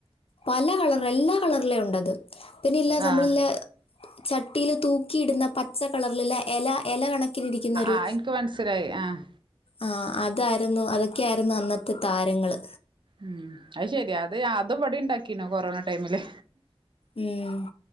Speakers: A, on the left; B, on the right.
A: പല കളറ് എല്ലാ കളറിലെ ഉണ്ടത് പിന്നെ ഇല്ലെ നമ്മളില്ലെ
B: ആഹ്
A: ചട്ടിൽ തൂക്കിയിടുന്ന പച്ച കളറിലെ എല എല കണക്കിലിരിക്കുന്ന ഒരു
B: അത് എനിക്ക് മനസ്സിലായി ആഹ്
A: ആഹ് അതായിരുന്നു അതൊക്കെയായിരുന്നു അന്നത്തെ താരങ്ങള്
B: ഉം അത് ശെരി അത് അതും ഇവടി ഉണ്ടാക്കീനു കൊറോണ ടൈമില്
A: ഉം